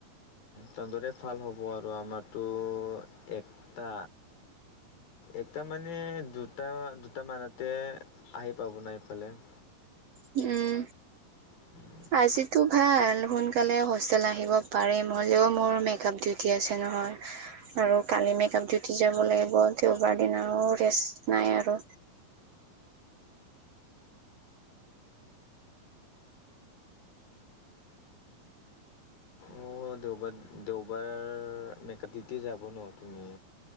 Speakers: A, on the left; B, on the right.
A: তহঁতৰে ভাল হ'ব আৰু আমাৰতো এটা এটা মানে, দুটা দুটা মানতে আহি পাব না ইফালে। <inaudible>
B: উম।
A: <inaudible>
B: আজিতো, ভাল। সোনকালে হোষ্টেল আহিব পাৰিম। হ'লেও মোৰ মেকআপ ডিউটি আছে নহয়। আৰু কালি মেকআপ ডিউটি যাব লাগিব। দেওবাৰ দিনাও ৰেষ্ট নাই আৰু।
A: অঁ দেওবাৰ, দেওবাৰ মেকআপ ডিউটি যাব ন' তুমি?